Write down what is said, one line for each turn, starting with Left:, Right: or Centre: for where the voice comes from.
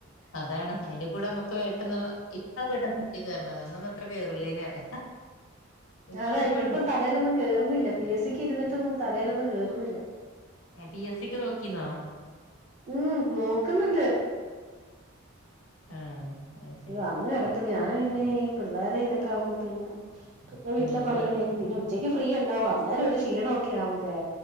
Left: അതാണ് അതിന്റെ കൂടെ അമ്മക്കും പെട്ടെന്ന് ഇപ്പ. പെട്ടെന്ന് നെറ്റി കയറണതാ അന്നൊന്നും അത്ര കേയറൂലേ പറയാ. ഇപ്പ
Right: അതാ
Left: എളുപ്പണ്ട്
Right: ഇനിയിപ്പം തലയിലൊന്നും കേറുന്നില്ല പി എസ് സിക്ക് ഇരുന്നിട്ടും തലയിലൊന്നും കേറുന്നില്ല.
Left: പി എസ് സിക്ക് നോക്കിന്നോ.
Right: ഉം നോക്കുന്നുണ്ട്.
Left: ആഹ് അത് ശരി.
Right: അന്ന് കിടപ്പുണ്ട് ഞാൻ പിന്നെ ഈ പിള്ളേരെ ഇതൊക്കെ ആകുമ്പോ പിന്നെ. പിന്നെ വീട്ടിലെ
Left: ആഹ്
Right: പണി
Left: കൊറെ
Right: കഴിഞ്ഞ് പിന്നെ ഉച്ചക്ക് ഫ്രീ ഉണ്ടാവും
Left: ബുസ്
Right: അന്നേരം ഒരു ക്ഷീണഒക്കെ ആവൂലേ.